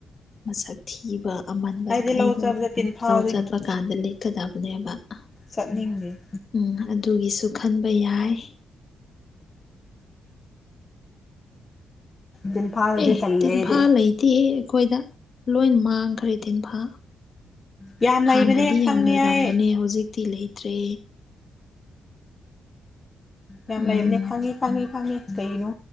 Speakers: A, on the left; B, on the left.
A: ꯃꯁꯛ ꯊꯤꯕ ꯑꯃꯟꯕ
B: ꯑꯩꯗꯤ
A: ꯈꯩꯗꯣ
B: ꯂꯧ ꯆꯠꯕꯗ ꯇꯤꯟꯐꯥꯗꯣ
A: ꯂꯧ ꯆꯠꯄ ꯀꯥꯟꯗꯂꯤꯠ ꯀꯗꯕꯅꯦꯕꯥ ꯑꯥ
B: ꯆꯠꯅꯤꯡꯗ‌ꯦ
A: ꯎꯝ ꯑꯗꯨꯒꯤꯁꯨ ꯈꯟꯕ ꯌꯥꯏ
B: ꯇꯤꯟꯐꯥꯗꯨꯗꯤ
A: ꯑꯦ
B: ꯇꯜꯂꯦ
A: ꯇꯤꯟꯐꯥ
B: ꯑꯩꯗꯤ
A: ꯂꯩꯇꯦꯍ‌ꯦ ꯑꯩꯈꯣꯏꯗ ꯂꯣꯏ ꯃꯥꯡꯈ꯭ꯔꯦ ꯇꯤꯟꯐꯥ
B: ꯌꯥꯝ ꯂꯩꯕꯅꯦ
A: ꯍꯥꯟꯅꯗꯤ
B: ꯈꯪꯉꯦ
A: ꯌꯥꯝ ꯂꯩꯔꯝꯕꯅꯦ
B: ꯑꯩ
A: ꯍꯧꯖꯤꯛꯇꯤ ꯂꯩꯇ꯭ꯔꯦ
B: ꯌꯥꯝ
A: ꯎꯝ
B: ꯂꯩꯕꯅꯦ ꯈꯪꯉꯤ ꯈꯪꯉꯤ ꯈꯪꯉꯦ ꯀꯩꯅꯣ